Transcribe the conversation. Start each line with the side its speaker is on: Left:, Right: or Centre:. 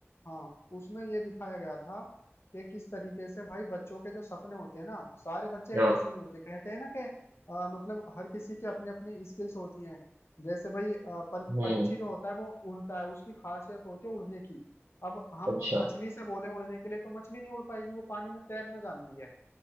Left: हाँ उसमें ये दिखाया गया था कि किस तरीके से भाई बच्चों के जो सपने होते हैं ना सारे बच्चे
Right: हाँ
Left: एक जैसे नहीं होते कहते हैं ना कि अ, मतलब हर किसी की अपनी अपनी स्किल्स होती हैं जैसे भाई अ, पं,
Right: हम्म
Left: पंछी जो होता है वो उड़ता है उसकी खासियत होती है उड़ने की अब हम
Right: अच्छा
Left: मछली से बोले उड़ने के लिए तो मछली नहीं उड़ पाएगी वो पानी में तैरना जानती है